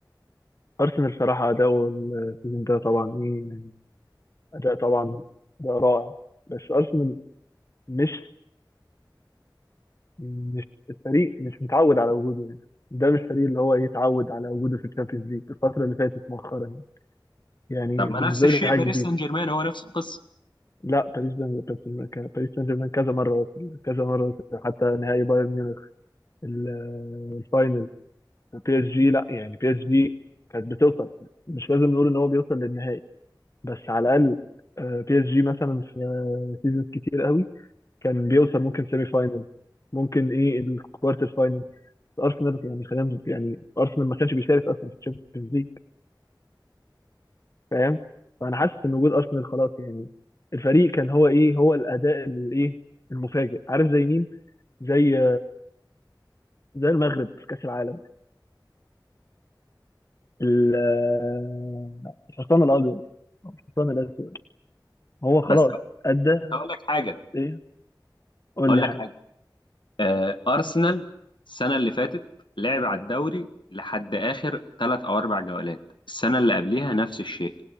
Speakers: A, on the left; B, on the left.
A: ارسنال صراحه اداؤه السيزون ده طبعا ايه يعني اداء طبعا اداء رائع بس ارسنال مش مش الفريق مش متعود على وجوده هنا ده مش فريق اللي هو ايه اتعود على وجوده في الشامبيونز ليج الفتره اللي فاتت مؤخرا يعني
B: طب ما
A: بالنسبه
B: نفس الشيء
A: لي دي حاجه
B: باريس
A: جديده
B: سان جيرمان هو نفس القصة
A: لا باريس سان باريس سان باريس سان جيرمان كذا مره وصل كذا مره وصل حتى نهائي بايرن ميونخ ال- الفاينل بي اس جي لا يعني بي اس جي كانت بتوصل مش لازم نقول ان هو بيوصل للنهائي بس على الاقل آه، بي اس جي مثلا في سيزونز كتير قوي كان بيوصل ممكن سيمي فاينل ممكن ايه الكوارتر فاينل ارسنال يعني خلينا يعني ارسنال ما كانش بيشارك اصلا في الشامبيونز ليج فاهم فانا حاسس ان وجود ارسنال خلاص يعني الفريق كان هو ايه هو الاداء الايه المفاجئ عارف زي مين زي زي المغرب في كاس العالم ال- آه، الحصان الابيض أو الحصان الاسود هو خلاص
B: بس
A: ادى
B: هقول لك حاجة
A: ايه قول
B: هقول
A: لي
B: لك
A: حاجه
B: حاجة آه، أرسنال السنة اللي فاتت لعب على الدوري لحد آخر ثلاث أو أربع جولات السنة اللي قبليها نفس الشيء